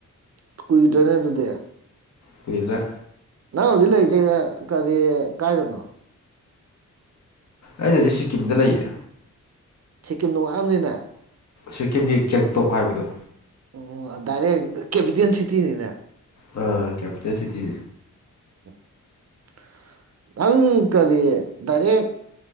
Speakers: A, on the right (about 55°); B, on the left (about 60°).
A: ꯀꯣꯏ ꯗꯔꯅꯦꯗꯨꯗ
B: ꯀꯨꯏꯗ꯭ꯔꯥ
A: ꯅꯅꯥ ꯏꯂꯦ ꯀꯔꯤ ꯀꯥꯏꯗꯅꯣ
B: ꯑꯩꯅꯖꯤ ꯁꯤꯀꯤꯝꯗ ꯂꯩꯌꯦ
A: ꯁꯤꯤꯀꯤꯝ ꯅꯅꯨꯡꯉꯑꯕꯅꯤꯅ
B: ꯁꯤꯀꯤꯝꯒꯤ ꯒꯦꯡꯇꯣꯛ ꯍꯥꯏꯕꯗꯨ
A: ꯑꯣ ꯗꯥꯏꯔꯦꯛ ꯀꯦꯄꯤꯇꯦꯜ ꯁꯤꯇꯤꯅꯤꯅꯦ
B: ꯥ ꯀꯦꯄꯤꯇꯦꯜ ꯁꯤꯇꯤ
A: <unintelligible> ꯅꯪ ꯀꯔꯤꯌꯦ ꯗꯥꯏꯔꯦꯛ